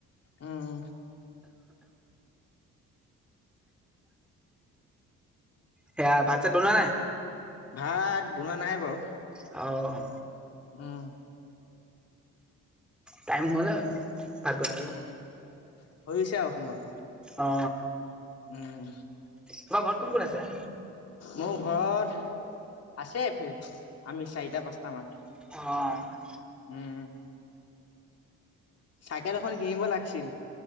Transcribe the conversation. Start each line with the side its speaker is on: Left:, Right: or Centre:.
Left: উম
Centre: সেয়া ভাত চাত বনোৱা নাই
Left: ভাত বনোৱা নাই বাৰু
Centre: অ অ
Left: উম
Centre: টাইম হ'ল আৰু ভাত বনাব
Left: উম হৈছে আও সময়
Centre: অ
Left: উম
Centre: তোমাৰ ঘৰত কোন কোন আছে
Left: মোৰ ঘৰত আছে ফেইট চাৰিটা পাঁচটা মান
Centre: অ
Left: উম চাইকেল এখন কিনিব লাগছিল